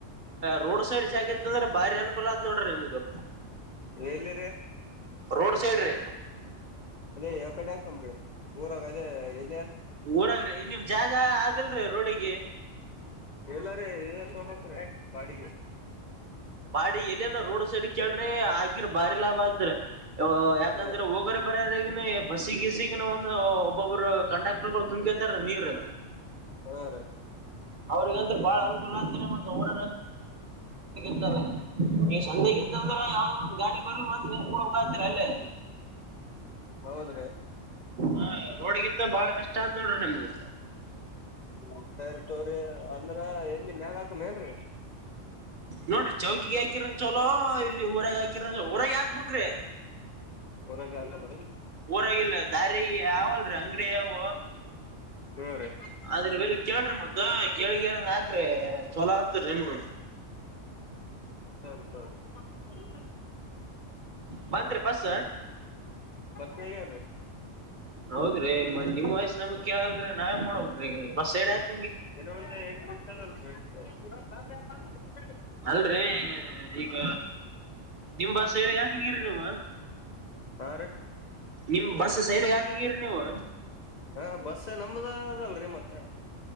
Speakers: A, on the right; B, on the left.
A: ರೋಡ್ ಸೈಡ್ ಜಾಗ ಇತ್ತ ಅಂದ್ರ ಬಾರಿ ಅನುಕೂಲ ಆದ್ ನೋಡ್ರಿ ನಿಮ್ಗ
B: ಎಲ್ಲಿರಿೀ
A: ರೋಡ್ ಸೈಡ್ ರ
B: ಅದೇ ಯಾವ ಕಡೆ ಆಾಕನ್್ರಿ ಊರಾಗ ಅದೇ ಎಲ್ಲ
A: ಊರಂಗ್ರೆ ನಿಮ್ ಜಾಗ ಅದಲ್ರಿೀ ರೋಡಿಿಗೆ
B: ಎಲ್ಲಾರ ತೋಗತ ಗಾಡಿಗೆ
A: ಪಾಡಿ ಎಲ್ಲನ ರೋಡ್ ಸೈಡ್ ಕೇೇಳ್ರಿ ಆಗಿರ ಬಾರಿ ಲಾಭ ಆದ್ರ ಯಾಕಂದ್ರೆ
B: ಹಾ ರೀ
A: ಹೋಗ ಬರ್ರ ಈ ಬಸ್ಸಿಗಸಗ ಒಂದು ಒಬ್ಬೊಬ್ರು ಕಂಡಾಕ್ಟರ್ಗಳು ತುಂಬಕತಾರ ನೀರ್
B: ಹಾ ರೀ
A: ಅವ್ರಗಂದ್ರೆ ಬಾಳ ಅನುಕೂಲ ಆಗ್ತಾರೆ ಮ ದೌಡ <unintelligible> ಈ ಸಂದೆಗ ಇಂತಂದ್ರ ಯಾವದ ಒಂದು ಗಾಡಿ ಬರ ಮಾತ್ರ ನೆಂಂತ ಕೂಡ ಹೋಗ ಆತರ ಅಲ್ಲೇ
B: ಹೌದ್ರೀ
A: ಹಾ ರೋಡ್ಗಿತ್ ಬಾಳ ಬೆಸ್ಟ್ ಆದತ್ ನೋಡ್ರಿ ನಿಮಗು
B: ಹ್ಮ ಸರಿ ತೋ್ರಿ ಅಂದ್ರ ಎಲ್ಲಿ ಮ್ಯಾಗ ಹಾಕಮೇನ್ರಿ
A: ನೋಡ್ರಿ ಚೌಕಿಗೆ ಹಾಕಿರನ್ ಚಲೋ ಇಲ್ಲಿ ಊರಾಗ ಹಾಕಿರ ಊರಾಗ ಹಾಕ್ಬಕ್್ರಿ
B: ಹೊರಗೆ ಆತ ಬಿಡ
A: ಊರಾಗಿಲ್ ದಾರಿ ಯಾವಲ್ ಅಂಗಡಿ ಯಾವ
B: ಹೇ್ರೀ
A: ಆದ್ರ ವಳಿ ಕೇಳ್ರಿ ಮತ್ತ ಕೇಳಗಾರನ್ ಹಾಕ್ರಿ ಚಲ ಆತರಿ ನಿಮ
B: ಸರಿ ಸರಿ
A: ಹ ಬಂದರಿೀ ಬಸ್ಸ
B: ಹೇಗ್ರೀ
A: ಹೌದ್ರಿ ನಿಮ್ಮ ವಯಸ್ಸ ನಮಗ್ ಕೇಳಲ್ರಿೀ ನಾವೇ ಮಾಡಬೇಕಕ್ ರೀ ಬಸ್ ಸಡ್ಾಕ್
B: ನ ಒಂದಂದು ಎಂಟು ನಿರ್ಷದಲ್ ಬಿಡ್ತ ಹ
A: ಅಲ್ರೀ ಈಗ ನಿಮ್ ಬಸ್ ಸೈಡ್ಗೆ ಹಾಕಂಗಿಿ ನೀವು
B: ಹಾ ರೀ
A: ನಿಮ್ ಬಸ್ ಸೈಡ್ಗೆ ಹಾಕ ಹ ಹಿಂಗಿರಿ ನೀವು
B: ಹಾ ಬಸ್ ನಮ್ದ ಅದಲ್ರಿ ಮತ್ರ